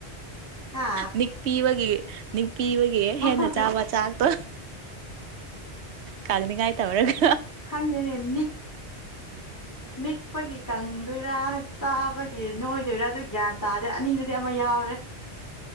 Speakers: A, on the left (about 15°); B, on the right (about 80°).
A: ꯍꯥ
B: ꯅꯤꯛꯄꯤꯕꯒꯤ ꯅꯤꯛꯄꯤꯕꯒꯤ
A: ꯍꯣꯏ
B: ꯍꯦꯟꯅ ꯆꯥꯕ ꯆꯥꯛꯇꯣ ꯀꯡꯅꯤꯉꯥꯏ ꯇꯧꯔꯒ
A: ꯈꯪꯗꯦꯅꯦ ꯅꯤꯛ ꯅꯤꯛꯄꯒꯤ ꯀꯪꯗꯣꯏꯔꯥ ꯆꯥꯕꯒꯤ ꯅꯣꯏꯗꯣꯏꯔꯥ ꯑꯗꯨ ꯒ꯭ꯌꯥꯟ ꯇꯥꯗꯦ ꯑꯅꯤꯗꯗꯤ ꯑꯃ ꯌꯥꯎꯔꯦ